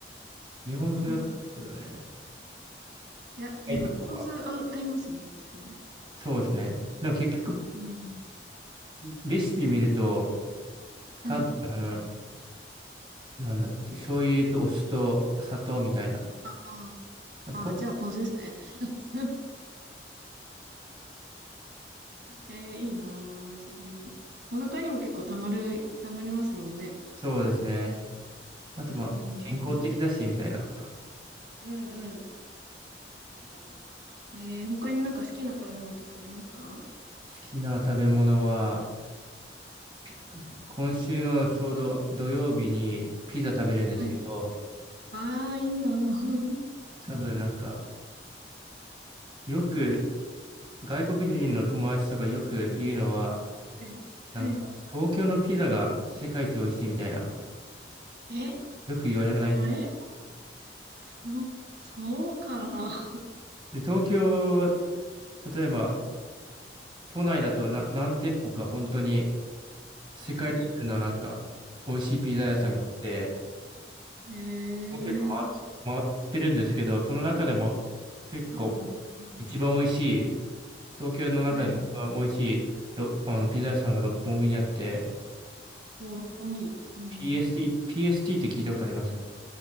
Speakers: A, on the right; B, on the right.
A: 日本風だったんですけどね。
B: う。はい。いや、でも、
A: はい、とかは。
B: ポン酢合う、合いますよね、きっとね。
A: そうですね。でも結局、
B: うん。
A: レシピ見ると、
B: はい。
A: 多分、なんだっけ、醤油とお酢と砂糖みたいな。
B: ああ、
A: ポン、
B: あーじゃあ、ポン酢ですね。<laughs> えー、いいなぁ、チヂミ。お腹にも結構たまる、たまりますもんね。
A: そうですね。あとまあ、
B: うんうんうん。
A: 健康的だし、みたいな。
B: うんうん。確かに。えー、他になんか好きな食べ物とかありますか
A: 好きな食べ物は、ピ今週のちょうど土曜日にピザ食べるんですけど、
B: はい。ああ、いいなぁ。
A: 多分なんか、よく外国人の友達とかよく言うのは、
B: <laughs> はい。
A: なんか、
B: は
A: 東京のピザが世界一美味しいみたいな、
B: い。
A: よく言われない。
B: え、それそう、そうかな。
A: で、東京、例えば都内だとな何店舗か本当に世界レベルのなんか、
B: <laughs> はい。
A: 美味しいピザ屋さんがあって、
B: はい。えー。
A: 僕も結構回っ、回ってるんですけど、その中でも結構
B: そうなんですね。
A: 一番美味しい、東京の中でも一番美味しいろあのピザ屋さんが六本木にあって、
B: はい。お、六本木。うんうん
A: PST、PST って聞いたことあります。